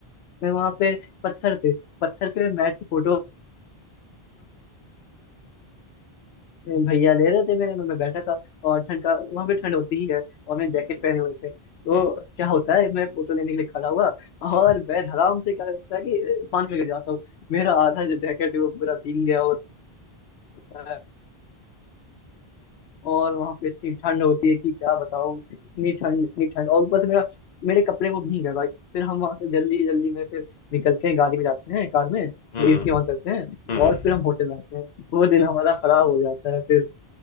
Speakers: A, on the left (about 90°); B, on the left (about 45°).
A: मैं वहां पे पत्थर पे पत्थर पे बैठ के फोटो भैया ले रहे थे मेरे मैं मैं बैठा था और ठंड का वहां पे ठंड होती ही है और मैंने जैकेट पहने हुए थे तो
B: हम्म
A: क्या होता है मैं फोटो लेने के लिए खड़ा हुआ
B: हम्म
A: और मैं आराम से क्या करता है कि पानी में गिर जाता हूँ मेरा आधा जो जैकेट है वो पूरा भीग गया होता है और वहां पे इतनी ठंड होती है कि क्या बताऊं इतनी ठंड इतनी ठंड और ऊपर से मेरा मेरे कपड़े वो भीग गए भाई फिर हम वहां से जल्दी जल्दी में फिर निकलते हैं गाड़ी में जाते हैं कार में
B: हम्म
A: और एसी ऑन करते हैं
B: हम्म,
A: और फिर हम होटल में आते हैं वो दिन हमारा खराब हो जाता है फिर